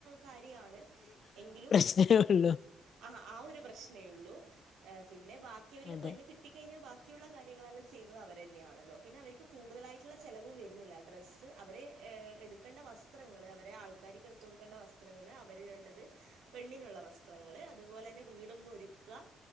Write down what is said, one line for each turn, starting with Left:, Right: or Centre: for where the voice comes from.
Right: കാര്യാണ് എങ്കിലും
Left: ഹ്ഹ് ഉള്ളൂ
Right: ആഹ് ആ ഒരു പ്രശ്നേ ഉള്ളൂ പിന്നെ ബാക്കി അവർക്ക്
Left: അതെ
Right: പെണ്ണ് ക് കിട്ടികഴിഞ്ഞാ ബാക്കിയുള്ള കാര്യങ്ങളെല്ലാം ചെയ്യുന്നത് അവർ ന്നെയാണല്ലോ പിന്നെ അവർ കൂതായിട്ടുള്ള ചിലവ് വരുന്നില്ല ഡ്രസ്സ് അവരെ എടുക്കേണ്ട വസ്ത്രങ്ങള് അവരെ ആൾക്കാർക്ക് എടുത്തുകൊടുക്കേണ്ട വസ്ത്രങ്ങള് അവര്ടേണ്ടത് പെണ്ണിനുള്ള വസ്ത്രങ്ങള് അതുപോലെ തന്നെ വീടൊന്ന് ഒരുക്ക